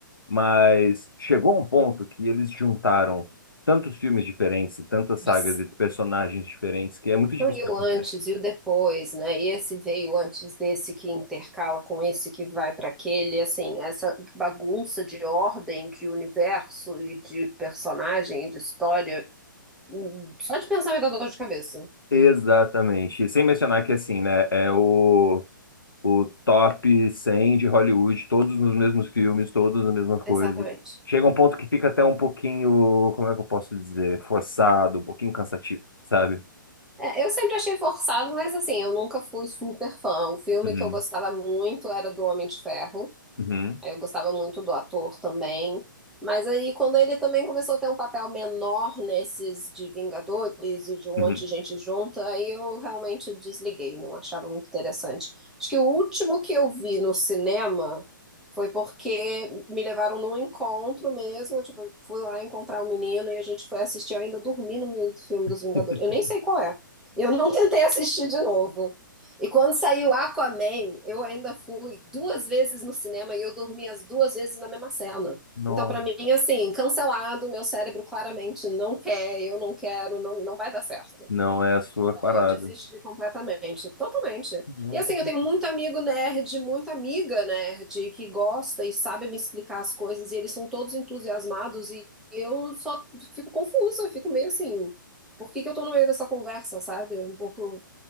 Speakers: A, on the left; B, in the centre.
A: Mas chegou a um ponto que eles juntaram tantos filmes diferentes, e tantas
B: Nossa.
A: sagas e personagens diferentes, que é muito difícil
B: Não, e
A: de
B: o
A: acompanhar.
B: antes e o depois, né? E esse veio antes desse que intercala com esse que vai para aquele, assim, essa bagunça de ordem, de universo e de personagem e de história, hum, só de pensar me dá dor de cabeça.
A: Exatamente. E sem mencionar que, assim, né, é o, o top 100 de Hollywood, todos nos mesmos filmes, todos nas mesmas coisas.
B: Exatamente.
A: Chega um ponto que fica até um pouquinho, como é que eu posso dizer, forçado, um pouquinho cansativo, sabe?
B: É, eu sempre achei forçado, mas assim, eu nunca fui super fã. O filme
A: Uhum,
B: que eu gostava muito era do Homem de Ferro.
A: uhum,
B: Aí eu gostava muito do ator também. Mas aí, quando ele também começou a ter um papel menor nesses de Vingadores e de um
A: uhum.
B: monte de gente junta, aí eu realmente desliguei, não achava muito interessante. Acho que o último que eu vi no cinema foi porque me levaram num encontro mesmo, tipo, eu fui lá encontrar o menino e a gente foi assistir, eu ainda dormi no meio do filme dos
A: <laughs>
B: Vingadores. Eu nem sei qual é. Eu não <laughs> tentei assistir de novo. E quando saiu Aquaman, eu ainda fui duas vezes no cinema e eu dormi as duas vezes na mesma cena.
A: Não,
B: Então, pra mim, assim, cancelado, meu cérebro claramente não quer, eu não quero, não, não vai dar certo.
A: não é a sua parada.
B: Eu desisti completamente, totalmente.
A: Não,
B: E assim,
A: tudo
B: eu
A: bem.
B: tenho muito amigo nerd, muita amiga nerd que gosta e sabe me explicar as coisas, e eles são todos entusiasmados, e eu só fico confusa, fico meio assim, por que que eu tô no meio dessa conversa, sabe? Um pouco